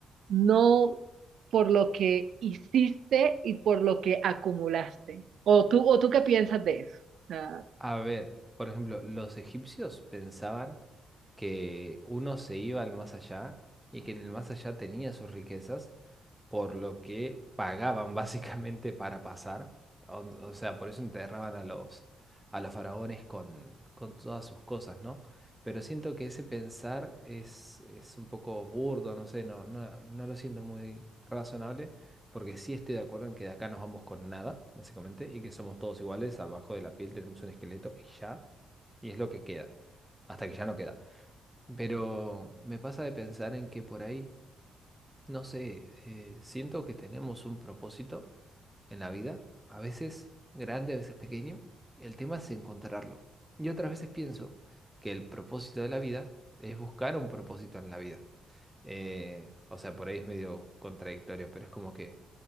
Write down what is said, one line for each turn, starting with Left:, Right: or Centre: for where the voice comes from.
Right: no por lo que hiciste y por lo que acumulaste. ¿O tú, o tú qué piensas de eso? O sea,
Centre: A ver, por ejemplo, los egipcios pensaban que uno se iba al más allá y que en el más allá tenía sus riquezas por lo que pagaban <laughs> básicamente para pasar. O, o sea, por eso enterraban a los, a los faraones con, con todas sus cosas, ¿no? Pero siento que ese pensar es, es un poco burdo, no sé, no, no, no lo siento muy razonable, porque sí estoy de acuerdo en que de acá nos vamos con nada, básicamente, y que somos todos iguales, abajo de la piel tenemos un esqueleto y ya, y es lo que queda, hasta que ya no queda. Pero me pasa de pensar en que por ahí... No sé, eh, siento que tenemos un propósito en la vida, a veces grande, a veces pequeño. El tema es encontrarlo. Y otras veces pienso que el propósito de la vida es buscar un propósito en la vida. Eh, o sea, por ahí es medio contradictorio, pero es como que